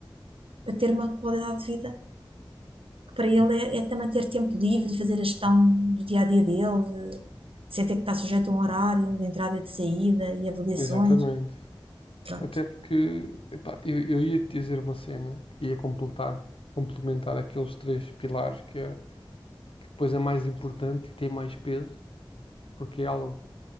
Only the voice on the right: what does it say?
para ter uma qualidade de vida que para ele é, é também ter tempo livre e fazer a gestão do dia a dia dele, eh, sem ter que estar sujeito a um horário de entrada e de saída e avaliações.
Pronto.